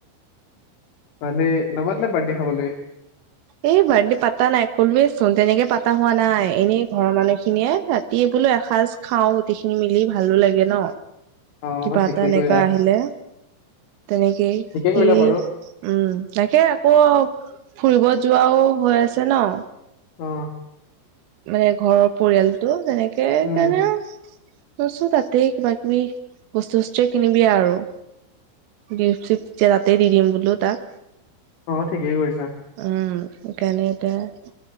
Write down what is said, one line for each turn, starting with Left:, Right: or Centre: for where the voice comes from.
Left: মানে নামাতিলা বিৰ্থডে খাবলে।
Right: এই বাৰ্থডে পাতা নাই কলোৱে চোন তেনেকে পাতা হোৱা নাই এনেই ঘৰৰ মানুহখিনিয়ে তাত টি বোলো এসাঁজ খাওঁ গোটেইখিনি মিলি ভালো লাগে ন।
Left: অ
Right: কিবা
Left: ঠিকেই
Right: এটা এনেকা
Left: কৰিলা
Right: আহিলে তেনেকেই
Left: ঠিকেই
Right: সি
Left: কৰিলা বাৰু
Right: উম তাকে আকৌ ফুৰিব যোৱাও হৈ আছে ন।
Left: অহ।
Right: মানে ঘৰৰ পৰিয়ালটো তেনেকে
Left: উম
Right: কানেও কৈছো তাতেই কিবা কিবি বস্তু বস্তুয়ে কিনিবিা আৰু গিফ্ট চিফ্ট জেগাতেই দিডিম বোলো তাক।
Left: অ ঠিকে কৰিছা।
Right: উম সেইকাৰণে এতিয়া